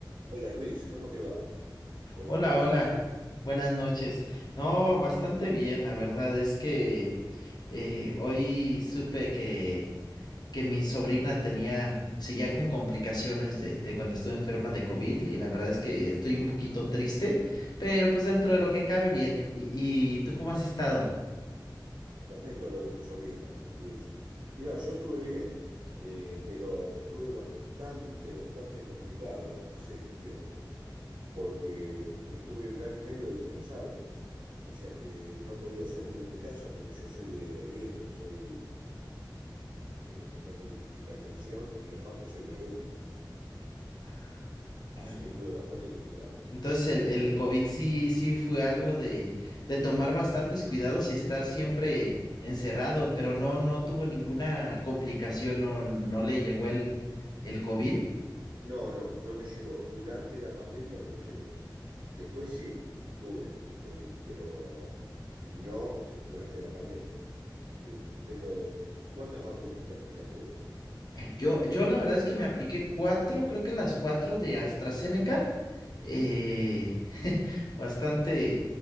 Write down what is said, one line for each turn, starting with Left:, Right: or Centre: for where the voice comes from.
Right: Hola Luis, ¿cómo te va? Buenas
Left: Hola,
Right: noches.
Left: hola, buenas noches. No, bastante bien, la verdad es que eh, hoy supe que, que mi sobrina tenía, seguía con complicaciones de, de cuando estuvo enferma de COVID y la verdad es que estoy un poquito triste, pero pues dentro de lo que cabe bien. ¿Y, y tú cómo has estado?
Right: Lamento lo de tu sobrina, Luis. Mira, yo estuve bien, eh, pero estuve bastante, bastante complicado hace un tiempo, porque estuve un año y medio dispensado, o sea que no podía salir de mi casa porque yo soy de riesgo, soy, eh, tengo hip- hipertensión y aparte soy diabético,
Left: Ah, ok.
Right: así que estuve bastante complicado.
Left: Entonces el, el COVID sí, sí fue algo de, de tomar bastantes cuidados y estar siempre encerrado, pero no, no tuvo ninguna complicación, no, no le llegó el, el COVID.
Right: No, no, no me llegó. Durante la pandemia no me llegó. Después sí, tuve COVID, pero no eh, durante la pandemia. Eh, tengo, ¿cuántas vacunas te aplicaste vos?
Left: Yo, yo la verdad es que me apliqué cuatro, creo que las cuatro de AstraZeneca, eh, <laughs> bastante,